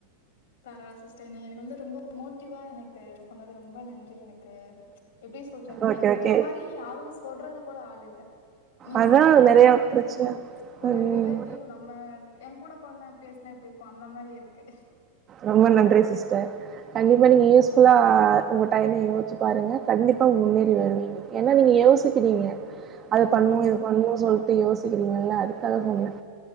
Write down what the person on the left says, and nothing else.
பரவால்ல சிஸ்டர் நீங்க எனக்கு வந்து ரொம்ப மோட்டிவா எனக்கு சொன்னது ரொம்ப நன்றி எனக் க்கு எப்டி சொல்றது
எனக்கு
இந்த மாரி யாரு சொல்றதுக் கூட ஆள் இல்ல நீங்க
சொல்றது எனக்கு
வந்து
ஒரு
ரிலேட்டிவ் நம்ம எங்கூட புன்னா பேசுனா எப்டி இருக்கு அந்த மாரி இருக்கு
ம்